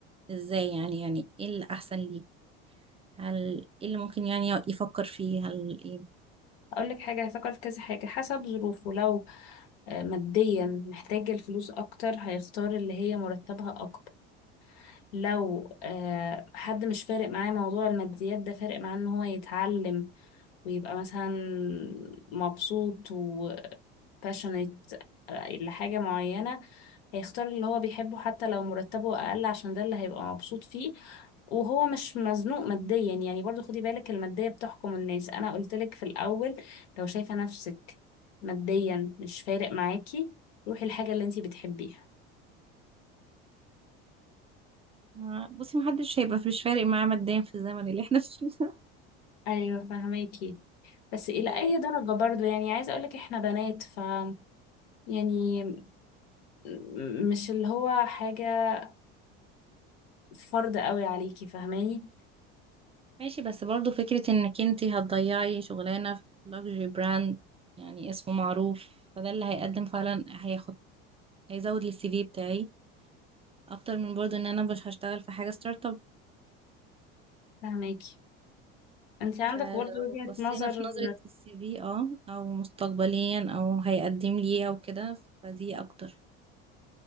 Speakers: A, on the right; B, on the left.
A: ازاي يعني يعني ايه الأحسن ليه هل ايه اللي ممكن يعني يفكر فيه هل ايه
B: أقول لك حاجة هيفكر في كذا حاجة حسب ظروفه لو آه، ماديا محتاج الفلوس أكتر هيختار اللي هي مرتبها أكبر لو آه، حد مش فارق معاه موضوع الماديات ده فارق معاه ان هو يتعلم ويبقى مثلا مبسوط و... passionate آه، لحاجة معينة هيختار اللي هو بيحبه حتى لو مرتبه أقل عشان ده اللي هيبقى مبسوط فيه وهو مش مزنوق ماديا يعني برضو خدي بالك المادية بتحكم الناس أنا قلتلك في الأول لو شايفة نفسك ماديا مش فارق معاكي روحي الحاجة اللي انتي بتحبيها
A: ما- بصي محدش هيبقى مش فارق معاه ماديا في الزمن اللي احنا فيه ده
B: أيوة فهماكي بس
A: <laughs>
B: إلى
A: و-
B: أي درجة برضو يعني عايزة أقولك إحنا بنات ف يعني م- مش اللي هو حاجة فرض قوي عليكي فهماني
A: ماشي بس برضو فكرة انك انتي هتضيعي شغلانة في لوكسجري براند يعني اسمه معروف فده اللي هيقدم فعلا هياخد هيزود السي في بتاعي اكتر من برضو ان انا مش هشتغل في حاجة ستارت اب
B: فهماكي انت عندك
A: فلو
B: برضه وجهة
A: بصينا
B: نظر
A: في نظرة السي في اه او مستقبليا او هيقدم لي ايه او كده فدي اكتر